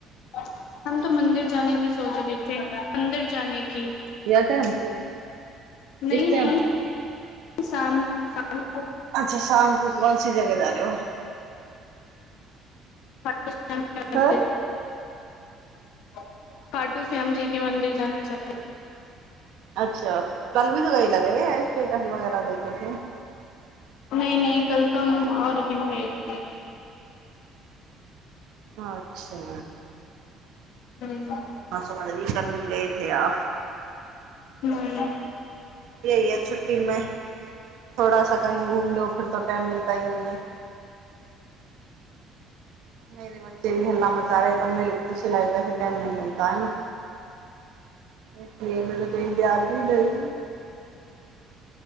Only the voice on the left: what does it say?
ह हम तो मंन्दिर जाने क सोच रहे मन्दिर जानेके
नहीं
नहीं शाम शाम
प
<inaudible> खट्टू श्याम जी मन्दिर जान चै
नहि नहि कल तऽ हम आओरटिन रहए
हू
हू